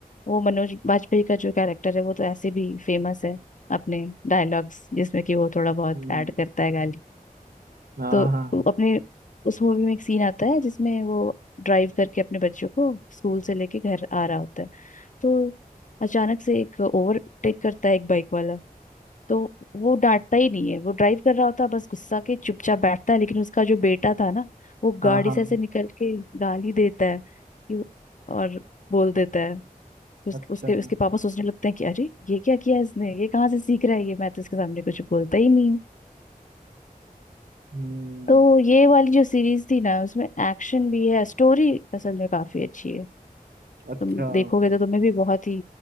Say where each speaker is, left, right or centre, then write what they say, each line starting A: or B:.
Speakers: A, on the left (about 55°); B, on the right (about 90°).
A: वो मनोज बाजपेयी का जो कैरेक्टर है वो तो ऐसे भी फेमस है अपने डायलॉग्स जिसमें कि वो थोड़ा बहुत
B: हम्म
A: ऐड करता है गाली
B: हाँ
A: तो
B: हाँ
A: वो अपने उस मूवी में एक सीन आता है जिसमें वो ड्राइव करके अपने बच्चों को स्कूल से लेके घर आ रहा होता है तो अचानक से एक ओवरटेक करता है एक बाइक वाला तो वो डांटता ही नहीं है वो ड्राइव कर रहा होता है बस गुस्सा के चुपचाप बैठता है लेकिन उसका जो बेटा था ना वो
B: हाँ
A: गाड़ी
B: हाँ
A: से ऐसे निकल के गाली देता है कि और बोल देता है उस,
B: अच्छा
A: उसके उसके पापा सोचने लगते हैं कि अरे ये क्या किया इसने ये कहाँ से सीख रहा है ये मैं तो इसके सामने कुछ बोलता ही नहीं हूँ
B: हम्म
A: तो ये वाली जो सीरीज थी ना उसमें एक्शन भी है स्टोरी असल में काफी अच्छी है
B: अच्छा
A: तुम देखोगे तो तुम्हें भी बहुत ही